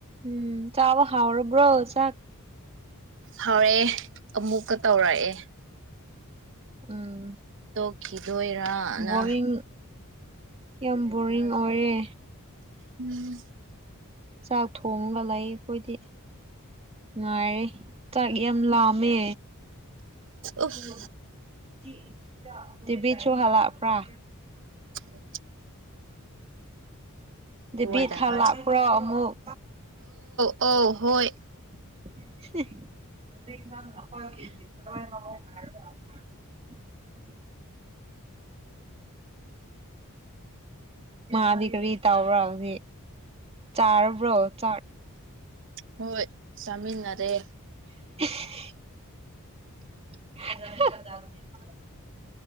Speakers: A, on the right; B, on the right.
A: ꯎꯝ ꯆꯥꯕ ꯍꯥꯎꯔꯕꯨ꯭ꯔꯣ ꯆꯥꯛ꯫
B: ꯍꯥꯎꯔꯦ ꯫ ꯑꯃꯨꯛꯀ ꯇꯧꯔꯛꯑꯦ꯫
A: ꯎꯝ꯫
B: ꯇꯣꯛꯈꯤꯗꯣꯏꯔꯅ
A: ꯕꯣꯔꯤꯡ꯫ ꯌꯥꯝ ꯕꯣꯔꯤꯡ ꯑꯣꯏꯔꯦ꯫
B: ꯎꯝ꯫
A: ꯆꯥꯛ ꯊꯣꯡꯒ ꯂꯩ ꯑꯩꯈꯣꯏꯗꯤ ꯉꯥꯏꯔꯤ ꯆꯥꯛ ꯌꯥꯝ ꯂꯥꯝꯃꯦ꯫
B: ꯎꯐ
A: ꯍ <unintelligible> ꯇꯤꯚꯤꯁꯨ ꯍꯂꯛꯄ꯭ꯔꯥ꯫
B: ꯎꯝ꯫
A: ꯗꯦꯕꯤ
B: ꯇꯨꯋꯥꯏꯗ
A: ꯊꯥ
B: ꯀꯥꯟ
A: ꯂꯥꯛꯄ꯭ꯔꯣ ꯑꯃꯨꯛ꯫
B: ꯑꯣ ꯍꯣꯏ꯫
A: <inaudible> ꯃꯥꯗꯤ ꯀꯔꯤ ꯇꯥꯕ꯭ꯔꯥ ꯍꯧꯖꯤꯛ ꯆꯥꯔꯕ꯭ꯔꯣ ꯆꯥꯛ
B: ꯍꯣꯏ꯫ ꯆꯃꯤꯟꯅꯔꯦ꯫
A: <inaudible> <unintelligible>